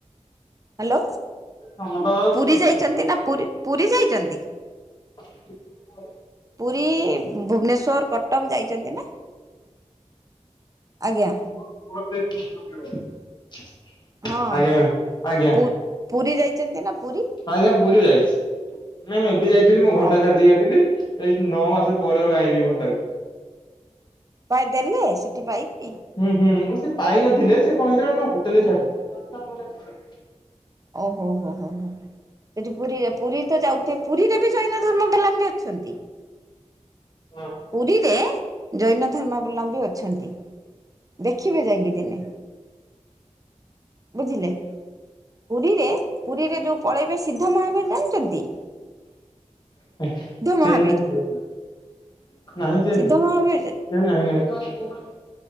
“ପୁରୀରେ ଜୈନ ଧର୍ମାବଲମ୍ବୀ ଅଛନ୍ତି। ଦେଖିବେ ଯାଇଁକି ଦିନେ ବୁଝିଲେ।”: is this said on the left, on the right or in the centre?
Right